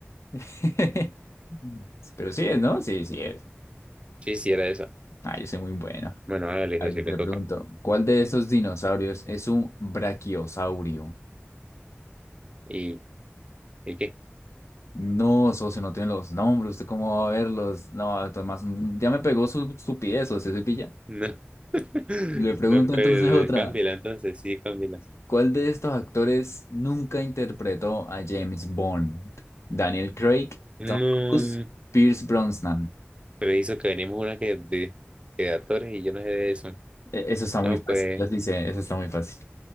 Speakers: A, on the left; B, on the right.
A: <laughs> Pero sí es, ¿no? Sí, sí es.
B: Sí, sí, era esa.
A: Ah, yo soy muy bueno.
B: Bueno, hágale eso,
A: A ver,
B: sí le
A: le
B: toca.
A: pregunto, ¿cuál de esos dinosaurios es un brachiosaurio?
B: ¿Y, ¿y qué?
A: No, socio, no tienen los nombres, ¿usted cómo va a verlos? No, Tomás, ya me pegó su estupidez, socio, soy pilla.
B: No. <laughs>
A: Le pregunto
B: No, pues
A: entonces otra,
B: cámbiala entonces, sí, cámbiala.
A: ¿cuál de estos actores nunca interpretó a James Bond? Daniel Craig,
B: No,
A: Tom Cruise, Pierce Brosnan.
B: pero hizo que venimos una que de, que de actores y yo no sé de eso.
A: E- Eso está
B: No,
A: muy fácil,
B: pues,
A: les dice, eso está muy fácil.